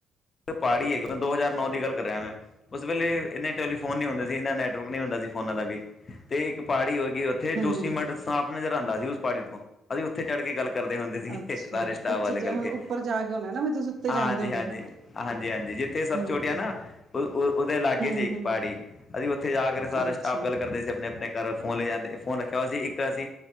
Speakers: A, on the left; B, on the right.
A: ਪਾੜੀ ਹੈਗੀ ਮ ਦੋ ਹਜ਼ਾਰ ਨੌ ਦੀ ਗੱਲ ਕਰ ਰਿਹਾ ਮੈਂ ਉਸ ਵੇਲੇ ਇੰਨੇ, ਤੇ ਓਦੋ ਫੋਨ ਨਹੀ ਹੁੰਦੇ ਸੀ, ਏਨਾ ਨੈਟਵਰਕ ਨਹੀਂ ਹੁੰਦਾ ਸੀ ਫੋਨਾ ਦਾ ਵੀ ਤੇ ਇੱਕ ਪਾੜੀ ਹੋ ਗਈ ਉੱਥੇ
B: ਹੂੰ,
A: ਜੋ ਸੀਮੇਂਟ ਸਾਫ ਨਜ਼ਰ ਆਂਦਾ ਸੀ, ਉਸ ਪਾੜੀ ਤੋਂ ਅਸੀਂ ਉੱਥੇ ਚੜ੍ਹ ਕੇ ਗੱਲ, ਕਰਦੇ ਹੁੰਦੇ ਸੀਗੇ
B: ਅੱਛਾ
A: ਸਾਰੇ ਸਟਾਫ
B: ਉੱਚੇ
A: ਵਾਲੇ ਰਲਕੇ
B: ਜਾ ਉੱਪਰ ਜਾ ਕੇ ਹੋਣਾ ਨਾ ਫਿਰ ਤੁਸੀਂ ਉੱਤੇ
A: ਹਾਂਜੀ
B: ਜਾਂਦੇ ਹੋਣੇ
A: -ਹਾਂਜੀ,
B: ਹੋ।
A: ਹਾਂਜੀ -ਹਾਂਜੀ ਜਿੱਥੇ ਸਭ
B: ਹੂੰ,
A: ਛੋਟੀਆਂ ਨਾ, ਓ--ਉਹਦੇ ਲਾਗੇ
B: ਹੂੰ,
A: ਸੀ ਇੱਕ
B: ਹੂੰ
A: ਪਾੜੀ, ਅਸੀਂ ਉੱਥੇ ਜਾ ਕੇ ਸਾਰੇ
B: ਅੱਛਾ
A: ਸਟਾਫ ਗੱਲ ਕਰਦੇ ਸੀ ਆਪਣੇ -ਆਪਣੇ, ਘਰ ਫੋਨ ਲੈ ਜਾਂਦੇ ਫੋਨ ਰੱਖਿਆ ਹੋਇਆ ਸੀ, ਇੱਕ ਅ ਸੀ